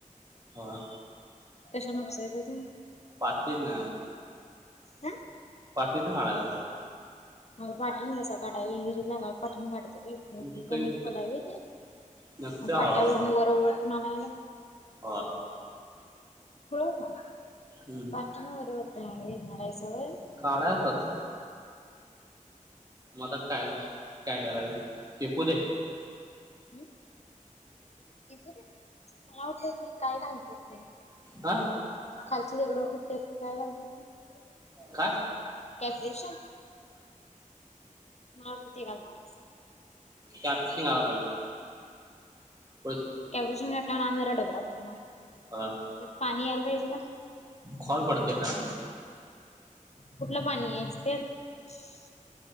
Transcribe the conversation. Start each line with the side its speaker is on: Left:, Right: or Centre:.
Right: ह
Left: कशान उपसायचं ते
Right: आटित न
Left: हम
Right: पाटीतन काढाय बाहेर
Left: अ पाठीण कसा काढाय हीरीतला गाळ पाठीण काढत्यात?
Right: नुसत
Left: कमी
Right: नुसत
Left: खोल हाय व्हय ते
Right: नुसतं ह
Left: पाट्यावरून वर वढून आणायला
Right: ह
Left: खुळ का?
Right: हम्म
Left: पाठीण वर वताय येणार हायसा होय?
Right: काढायचच मग आता काय काय करायचं किपूले
Left: हम्म केपूदे मला वाटलं ते काय झालतं ते
Right: हा
Left: खाल ते दगडं फुटत्यात ते काय घालणत्यात ते
Right: का?
Left: कॅफ्रेशन माती घालणारीसा
Right: कॅपशिंग घालाला पाहिजे
Left: कॅपशिंग घातल्यावर आणि जरा डब पडा पडणार
Right: ह
Left: त्यात पाणी यायला पाहिजे का?
Right: खोल पडते खाली
Left: कुठलं पाणी यायच त्यात